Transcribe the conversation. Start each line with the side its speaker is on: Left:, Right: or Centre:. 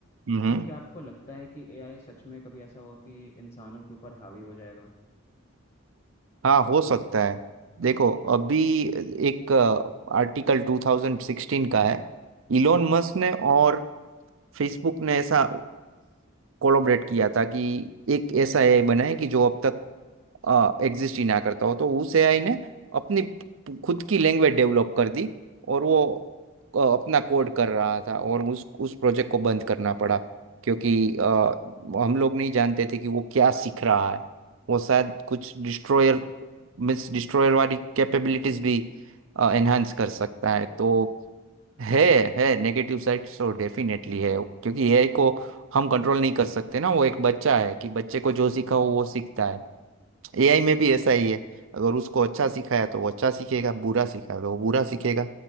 Right: हम्म
Left: तो क्या आपको लगता है कि एआई सच में कभी ऐसा होगा कि इंसानों के ऊपर हावी हो जाएगा
Right: हाँ हो सकता है देखो अभी एक आर्टिकल 2016 का है इलोन मस्क ने और फेसबुक ने ऐसा कोलोबरेट किया था कि एक ऐसा एआई बनाए कि जो अब तक एग्जिस्ट ही ना करता हो तो उस एआई ने अपनी प- खुद की लैंग्वेज डेवलप कर दी और वो अ, अपना कोड कर रहा था और उस उस प्रोजेक्ट को बंद करना पड़ा क्योंकि अ, हम लोग नहीं जानते थे कि वो क्या सीख रहा है वो शायद कुछ डिस्ट्रॉयर मिस डिस्ट्रॉयर वाली कैपेबिलिटीज भी एनहांस कर सकता है तो है है नेगेटिव साइड तो डेफिनेटली है क्योंकि एआई को हम कंट्रोल नहीं कर सकते ना वो एक बच्चा है कि बच्चे को जो सीखा हो वो सीखता है एआई में भी ऐसा ही है अगर उसको अच्छा सिखाया तो वो अच्छा सीखेगा बुरा सिखाया तो वो बुरा सीखेगा